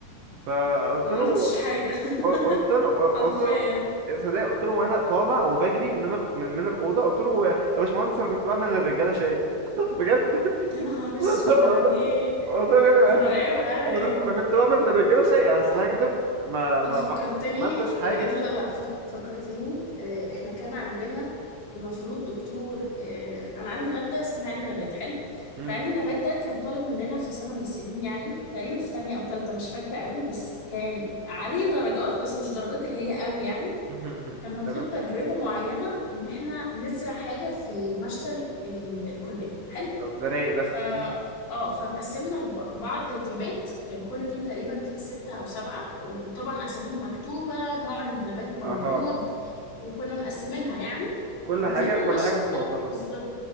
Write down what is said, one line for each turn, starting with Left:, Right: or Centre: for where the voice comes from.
Right: فقلت
Left: ما
Right: له
Left: عملتش حاجة <laughs>
Right: قلت له
Left: حرفيا
Right: قلت له صدق قلت له وانا طالع وبجري من ال- من الاوضه قلت له يا باشمهندس انا كنت بعمل للرجاله شاي <laughs> بجد
Left: يا نهار اسود
Right: والله
Left: عليك
Right: والله بجد انا
Left: دي مرعبة
Right: كنت
Left: اوي
Right: انا كنت بعمل للرجاله سيئه اصل هكدب ما
Left: انت
Right: ما
Left: فكرتني
Right: ما عملتش حاجه
Left: بجد لا لا فك- فكرتني آه، احنا كان عندنا المفروض دكتور آه، انا عندي ماده اسمها علم نبات حلو
Right: امم
Left: فعلم النبات ده كان طالب مننا في سنه من السنين يعني تقريبا في تانية او تالتة مش فاكره قوي بس كان عليه درجات بس مش درجات اللي هي قوي يعني
Right: <laughs>
Left: كان مطلوب
Right: تمام
Left: تجربه معينه ان احنا نزرع حاجه في مشتل ال- الكليه حلو
Right: طب ده رايق ده
Left: ف
Right: مم.
Left: اه فقسمنا لب- بعض تيمات كان كل تيم تقريبا فيه ستة أو سبعة وطبعا أساميهم مكتوبة نوع النبات موجود
Right: اها اها
Left: وكنا مقسمينها يعني
Right: كل
Left: ونزلنا
Right: حاجه كل
Left: المشتل
Right: حاجه متوضحه
Left: بالظبط